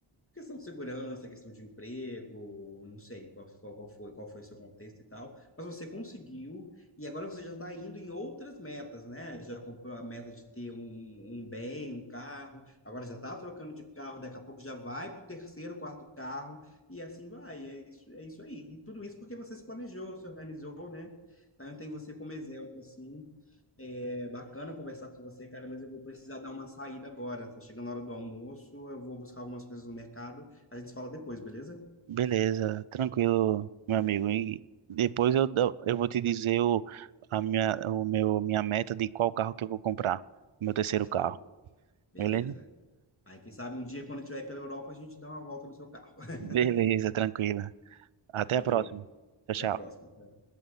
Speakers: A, on the left; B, on the right.
A: questão de segurança, questão de emprego, não sei qual, qual qual foi, qual foi o seu contexto e tal, mas você conseguiu e agora você já está indo em outras metas, né? Já comprou a meta de ter um, um bem, um carro, agora já está trocando de carro, daqui a pouco já vai para o terceiro, quarto carro e assim vai, é isso, é isso aí. E tudo isso porque você se planejou, se organizou, né? Então eu tenho você como exemplo, assim, é bacana conversar com você, cara, mas eu vou precisar dar uma saída agora. Tá chegando a hora do almoço, eu vou buscar algumas coisas no mercado. A gente se fala depois, beleza?
B: Beleza, tranquilo, meu amigo. E depois eu, dou- eu vou te dizer o, a minha, o meu, minha meta de qual carro que eu vou comprar. Meu terceiro
A: Show.
B: carro,
A: Beleza.
B: beleza?
A: Aí, quem sabe um dia, quando eu estiver aí pela Europa, a gente dá uma volta no seu carro. <laughs>
B: Beleza, tranquila Até
A: Valeu.
B: a próxima. Tchau,
A: Até
B: tchau.
A: a próxima.